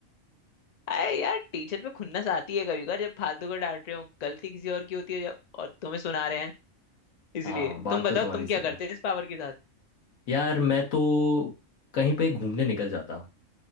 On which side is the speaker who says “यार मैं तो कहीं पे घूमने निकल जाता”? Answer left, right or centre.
Left